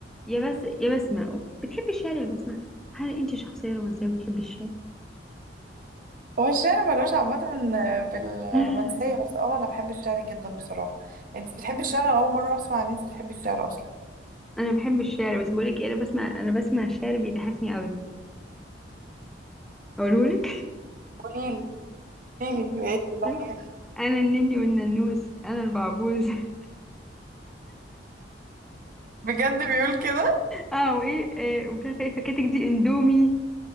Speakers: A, in the centre; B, on the right (about 50°).
A: يا بس يا بسمة بتحبي الشعر يا بسمة هل انت شخصية رومانسية بتحبي الشعر
B: هو الشعر ملوش عامة بالرومانسية
A: <laughs>
B: بس اه أنا بحب الشعر جدا بصراحة انت بتحبي الشعر أنا أول مرة أسمع إن انت بتحبي الشعر أصلا
A: انا بحب الشعر بس بقولك ايه انا بسمع انا بسمع الشعر بيضحكني قوي اقولهولك
B: قوليلي قوليلي ايه بتضحك
A: <laughs> انا النني والننوس انا البعبوز <laughs>
B: بجد بيقول كده
A: اه وايه آه، ومش عارفه ايه فكاتك دي اندومي